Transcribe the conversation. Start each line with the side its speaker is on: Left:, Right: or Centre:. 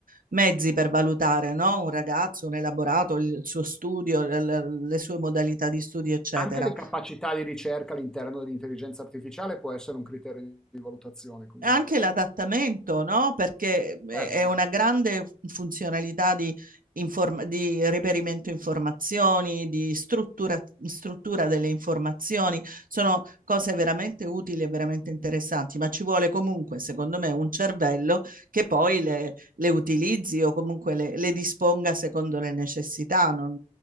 Right: mezzi per valutare, no? Un ragazzo, un elaborato, il suo studio, le, le sue modalità di studio, eccetera.
Centre: Anche le capacità di ricerca all'interno dell'intelligenza artificiale può essere un criterio di valutazione comunque.
Right: Anche l'adattamento, no? Perché eh,
Centre: Certo.
Right: è una grande funzionalità di, inform- di reperimento informazioni, di struttura, struttura delle informazioni. Sono cose veramente utili e veramente interessanti, ma ci vuole comunque, secondo me, un cervello che poi le, le utilizzi o comunque le, le disponga secondo le necessità. Non,